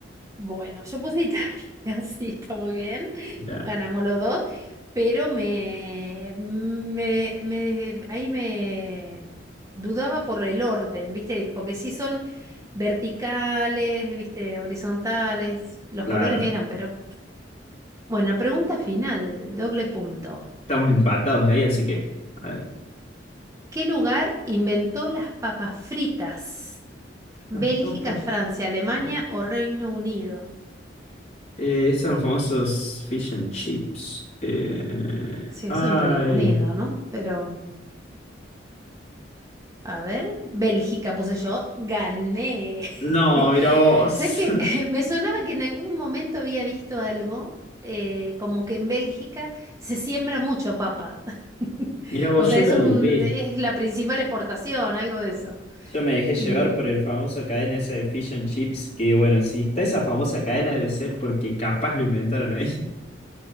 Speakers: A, on the right; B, on the left.
A: Bueno, yo puse Italia, <laughs> sí, está muy bien,
B: Mira,
A: ganamos los dos, pero me, me, me- ahí me dudaba por el orden, ¿viste? Porque sí son verticales, ¿viste? Horizontales, los
B: claro.
A: colores eran, pero... Bueno, pregunta final, doble punto.
B: Estamos empatados ahí, así que. A ver.
A: ¿Qué lugar inventó las papas fritas? ¿Bélgica,
B: Las papas.
A: Francia, Alemania
B: pues.
A: o Reino Unido?
B: Eh, son los famosos fish and chips. Eh,
A: Sí,
B: ay.
A: eso en Reino Unido, ¿no? Pero... A ver, Bélgica puse yo, gané.
B: No,
A: <laughs>
B: mira vos.
A: ¿Sabes que
B: <laughs>
A: <laughs> Me sonaba que en algún momento había visto algo, eh, como que en Bélgica se siembra mucho papa. <laughs>
B: Mira vos,
A: O sea,
B: yo
A: es
B: la
A: un,
B: dudé.
A: es la principal exportación, algo de eso.
B: Yo me dejé llevar
A: Y
B: por el famoso cadena esa de Fish and Chips, que bueno, si está esa famosa cadena debe ser porque capaz lo inventaron ahí. <laughs>